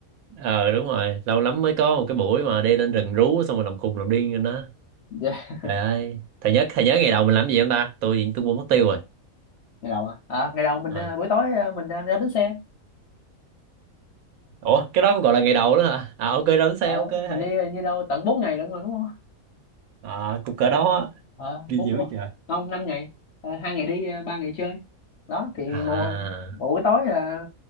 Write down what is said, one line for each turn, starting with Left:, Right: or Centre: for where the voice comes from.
Right: Ờ đúng rồi, lâu lắm mới có một cái buổi mà đi lên rừng rú xong rồi làm khùng làm điên lên đó.
Left: yeah.
Right: Trời ơi, thầy nhớ thầy nhớ ngày đầu mình làm gì không ta? Tôi hiện tôi quên mất tiêu rồi.
Left: ngày đầu à, à ngày đầu mình
Right: Ờ.
Left: ờ, buổi tối ờ, mình ra, ra bến xe
Right: Ủa, cái đó cũng gọi là ngày đầu đó hả? À ok đó
Left: ở
Right: xe ok
Left: mình
Right: thầy.
Left: đi ờ, như đâu tận 4 ngày lận mà đúng không
Right: À cũng cỡ
Left: Ủa,
Right: đó á,
Left: ờ,
Right: ghi
Left: bốn
Right: dữ
Left: bốn-
Right: trời.
Left: không năm ngày Ờ, hai ngày đi ờ, ba ngày chơi đó thì
Right: À.
Left: một một buổi tối ờ,